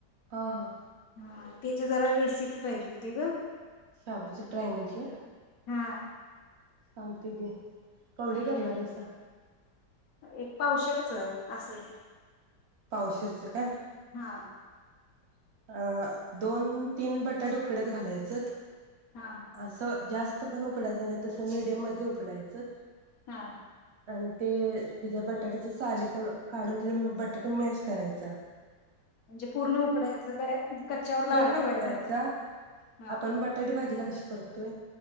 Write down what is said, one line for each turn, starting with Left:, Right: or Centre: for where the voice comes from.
Right: हा हा
Left: हा तेचि जरा वे सिपी पाहिजे होती ग.
Right: शाबूचे ट्रँगलची होय?
Left: हा
Right: सांगते की कवडे
Left: हा
Right: करणार आहेसा
Left: एक पावशरच. आसं
Right: पावशेरचं काय
Left: हा
Right: अ दोन तीन बटाट उकडत घालायचत.
Left: हा
Right: अस जास्त जास्त पण उकडायचं नाही तसं मिडियम मध्ये उकडायचंत.
Left: हा
Right: आणि ते तिच्या बटाट्याची साली काढून ति बटाटा मॅश करायचा.
Left: म्हणजे पूर्ण उकडायचं काय कच्च्यावर ला
Right: पूर्ण
Left: ठेवायचं
Right: उकडायचा.
Left: नाही. हा
Right: आपण बटाटे भाजीला कशी करतोय